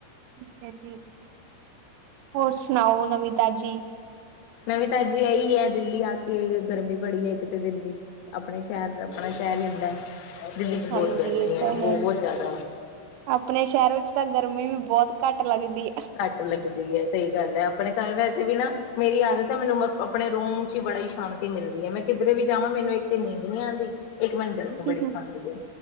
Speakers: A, on the right; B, on the left.
A: ਠੀਕ ਹੈ ਜੀ, ਹੋਰ ਸੁਣਾਓ ਨਵੀਂ ਤਾਜੀ
B: ਨਵੀ ਤਾਜੀ ਇਹੀ ਹੈ ਦਿੱਲੀ ਆ ਕੇ ਗਰਮੀ ਬੜੀ ਹੈ, ਇੱਕ ਤੇ ਦਿੱਲੀ ਆਪਣੇ ਸ਼ਹਿਰ ਆਪਣਾ ਸ਼ਹਿਰ ਹੀ ਹੁੰਦਾ। ਦਿੱਲੀ ਚ
A: ਹਾਂਜੀ
B: ਬਹੁਤ ਗਰਮੀ
A: ਇਹ ਤਾਂ ਹੈ,
B: ਬਹੁਤ ਜ਼ਿਆਦਾ
A: ਆਪਣੇ ਸ਼ਹਿਰ ਵਿੱਚ ਤਾਂ ਗਰਮੀ ਵੀ ਬਹੁਤ ਘੱਟ ਲੱਗਦੀ
B: ਘੱਟ ਲੱਗਦੀ ਹੈ। ਸਹੀ ਗੱਲ ਹੈ ਆਪਣੇ ਘਰ ਵੈਸੇ ਵੀ ਨਾ ਮੇਰੀ ਆਦਤ ਹੈ ਮੈਨੂੰ ਆਪਣੇ ਰੂਮ ਚ ਹੀ ਬੜਾ ਹੀ ਸ਼ਾਂਤੀ ਮਿਲਦੀ ਹੈ, ਮੈਂ ਕਿਧਰੇ ਵੀ ਜਾਵਾਂ ਮੈਨੂੰ ਇੱਕ ਤੇ ਨੀਂਦ ਨੀ ਆਉਂਦੀ। ਇੱਕ ਮੈਨ ਗਰਮੀ
A: ਹੈ।
B: ਬੜੀ ਖਾਂਦੀ ਹੈ।